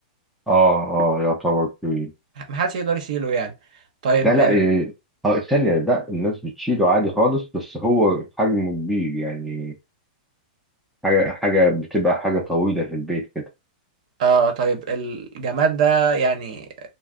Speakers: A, in the centre; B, on the right (about 60°).
A: اه اه يعتبر كبير
B: محدش يقدر يشيله يعني طيب
A: ده لا
B: ال...
A: إيه، اه ثانية لا الناس بتشيله عادي خالص بس هو حجمه كبير يعني حاجة حاجة بتبقى حاجة طويلة في البيت كده
B: اه طيب الجماد ده يعني